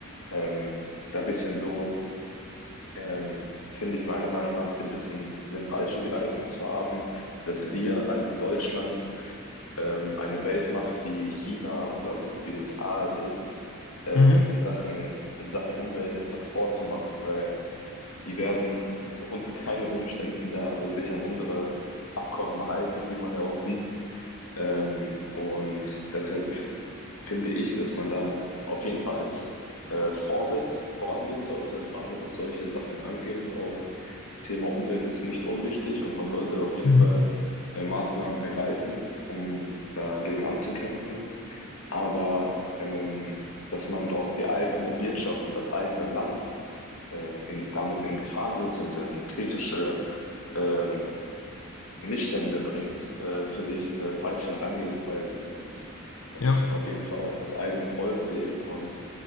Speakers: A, on the left; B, on the left.
A: ähm, da ein bisschen so ähm, finde ich meiner Meinung nach den bisschen den falschen Gedanken zu haben, dass wir als Deutschland ähm, eine Weltmacht wie China oder U- die USA es ist, ähm,
B: Mhm.
A: in Sachen, in Sachen Umwelt etwas vorzumachen, weil die werden <laughs> unter keinen Umständen da sich an unsere Abkommen halten, wie man ja auch sieht. Ähm, und deshalb finde ich, dass man da auf jeden Fall als äh, Vorbild vorangehen sollte, gerade was solche Sachen angeht. Auch Thema Umwelt ist nicht unwichtig und man sollte da auf jeden
B: Mhm.
A: Fall äh, Maßnahmen ergreifen, um dagegen anzukämpfen. Aber ähm, dass man dort die eigene Wirtschaft und das eigene Land ähm, in, damit in Gefahr bringt und in kritische ähm, Missstände bringt, äh, finde ich eine falsche Herangehensweise. Und da muss
B: Ja.
A: man auf jeden Fall auch das eigene Volk sehen und